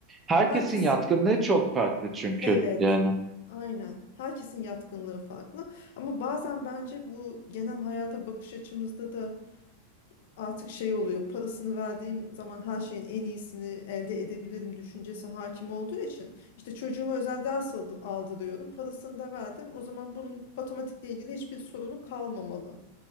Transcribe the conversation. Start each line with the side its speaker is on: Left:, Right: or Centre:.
Right: Herkesin
Left: Herkesin
Right: yatkınlığı çok farklı çünkü
Left: evet.
Right: yani.
Left: Aynen. Herkesin yatkınlığı farklı. Ama bazen bence bu genel hayata bakış açımızda da artık şey oluyor parasını verdiğim zaman her şeyin en iyisini elde edebilirim düşüncesi hakim olduğu için işte çocuğuma özel ders al- aldırıyorum parasını da verdim o zaman bunun matematikle ilgili hiçbir sorunu kalmamalı